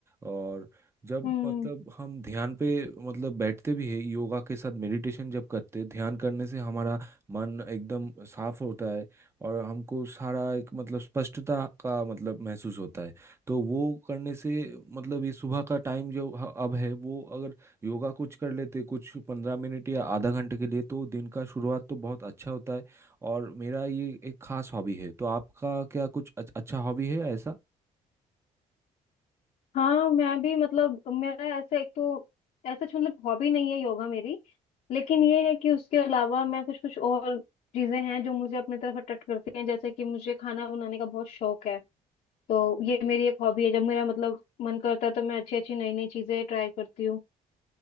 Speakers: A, on the right; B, on the left.
A: और जब
B: हम्म
A: मतलब हम ध्यान पे मतलब बैठते भी है योगा के साथ मेडिटेशन जब करते हैं ध्यान करने से हमारा मन एकदम साफ होता है और हमको सारा एक मतलब स्पष्टता का मतलब महसूस होता है तो वो करने से मतलब ये सुबह का टाइम जो ह- अब है वो अगर योगा कुछ कर लेते कुछ पंद्रह मिनट या आधा घंटे के लिए तो दिन का शुरुआत तो बहुत अच्छा होता है और मेरा ये एक खास हॉबी है तो आपका क्या कुछ अच- अच्छा हॉबी है ऐसा
B: हाँ मैं भी मतलब मेरा ऐसा एक तो ऐसा मतलब हॉबी नहीं है योगा मेरी लेकिन ये है कि उसके अलावा मैं कुछ कुछ और चीजें हैं जो मुझे अपनी तरफ अट्रैक्ट करती हैं जैसे कि मुझे खाना बनाने का बहुत शौक है तो ये मेरी एक हॉबी है जब मेरा मतलब मन करता है तो मैं अच्छी अच्छी नई नई चीजें ट्राई करती हूँ